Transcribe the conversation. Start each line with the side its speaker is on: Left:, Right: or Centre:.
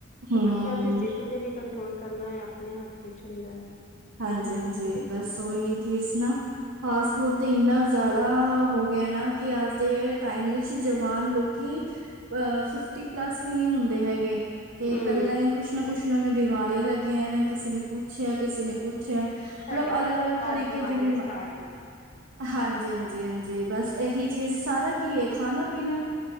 Right: ਹੂੰ,
Left: ਤੇ ਬੱਚਿਆਂ ਦੀ ਜ਼ਿੱਦ ਤੇ ਵੀ ਕੰਟਰੋਲ ਕਰਨਾ ਹੈ, ਆਪਣੇ ਹੱਥ ਵਿੱਚ ਹੁੰਦਾ ਹੈ।
Right: ਹਾਂਜੀ-ਹਾਂਜੀ, ਬਸ ਓਹੀ ਚੀਜ਼ ਨਾ। ਫਾਸਟ ਫੂਡ ਤੇ ਇੰਨਾ ਜ਼ਿਆਦਾ ਹੋ ਗਿਆ ਨਾ, ਕਿ ਅੱਜ ਦੇ ਟਾਈਮ ਵਿੱਚ ਜਵਾਨ ਲੋਕੀ ਅ ਫਿਫਟੀ ਪਲੱਸ ਵੀ ਨਹੀਂ ਹੁੰਦੇ ਹੈਗੇ। ਤੇ
Left: ਹਮ
Right: ਪਹਿਲਾਂ ਹੀ ਕੁੱਛ ਨਾ ਕੁੱਛ ਉਹਨਾਂ ਨੂੰ ਬਿਮਾਰੀਆਂ ਲੱਗੀਆਂ, ਇਹ ਕਿਸੇ ਨੇ ਕੁੱਛ ਏ ਕਿਸੇ ਨੇ ਕੁਛ ਮਤਲਬ
Left: ਥਰਟੀ
Right: ਅਲੱਗ-ਅਲੱਗ
Left: ਪਲੱਸ ਤੋਂ ਬਾਅਦ
Right: ਤਰੀਕੇ
Left: ਬਿਮਾਰੀਆਂ
Right: ਦੀਆ ਬਿਮਾਰੀਆ
Left: ਸਟਾਰਟ ਨੇ
Right: ਹਾਂਜੀ, ਹਾਂਜੀ-ਹਾਂਜੀ, ਬਸ ਇਹੀ ਚੀਜ਼ ਸਾਰਾ ਕੀ ਹੈ? ਖਾਣਾ ਪੀਣਾ